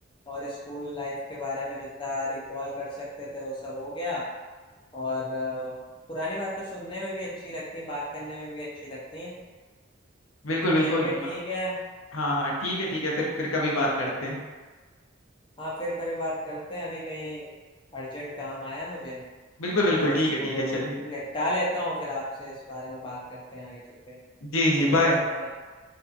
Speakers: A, on the left; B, on the left.
A: और स्कूल लाइफ के बारे में जितना रिकॉल कर सकते थे वो सब हो गया और अ, पुरानी बातें सुनने में भी अच्छी लगती हैं बात करने में भी अच्छी लगती हैं
B: बिल्कुल बिल्कुल
A: चलिए
B: म-
A: ठीक है हम्म,
B: हाँ हाँ ठीक है ठीक है फिर फिर कभी बात करते हैं
A: हाँ फिर कभी बात करते हैं अभी कहीं अर्जेंट काम आया है मुझे
B: बिल्कुल बिल्कुल
A: मैं उसको
B: ठीक है ठीक है चलिए
A: निपटा लेता हूँ फिर आपसे इस बारे में बात करते हैं आगे चल के
B: जी जी
A: चलिए
B: बाय
A: धन्यवाद